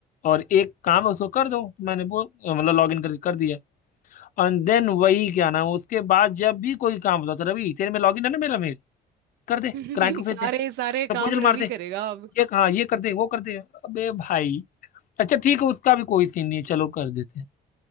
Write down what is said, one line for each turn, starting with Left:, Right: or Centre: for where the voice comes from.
Left: और एक काम है उसको कर दो मैंने वो अ, मतलब लॉग इन कर कर दिया एंड देन वही क्या नाम उसके बाद जब भी कोई काम होता तो रवि तेरे में लॉगिन है ना मेरा मेल कर दे
Right: <laughs>
Left: क्लाइंट को भेज
Right: सारे
Left: दे
Right: सारे
Left: प्रपोजल
Right: काम
Left: मार
Right: रवि
Left: दे
Right: करेगा अब
Left: ये हाँ ये कर दे वो कर दे अबे भाई अच्छा ठीक है उसका भी कोई सीन नहीं है चलो कर देते हैं